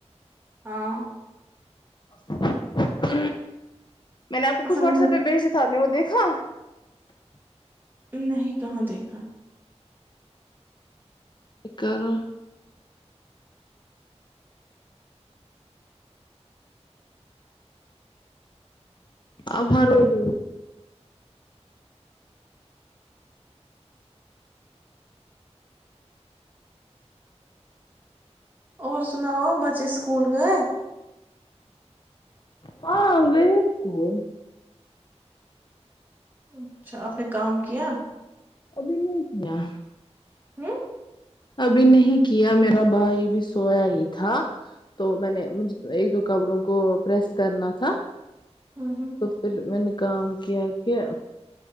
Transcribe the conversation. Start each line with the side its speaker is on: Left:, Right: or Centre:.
Right: ہاں
Left: ہ میں نےپ کو کھ
Right: اصل
Left: واٹسپ
Right: میں
Left: پہ بھیج دی تھاب نے وہ کھا
Right: نہیں کہاں دیکھا
Left: کرو آبار ہو ج
Right: اور سناؤ بچے سکول گئے
Left: ہاںگے اسکول
Right: اچھا آپ نے کام کیا
Left: ابھی نہیں کیا
Right: ہوں
Left: ابھی نہیں کیا میرا بھائی بھی سویا ہی تھا تو میں نے مجھ ایک دو کپڑوں کو پریس کرنا تھا
Right: ہوں ہوں
Left: تو پھر م نے کام کیا کہ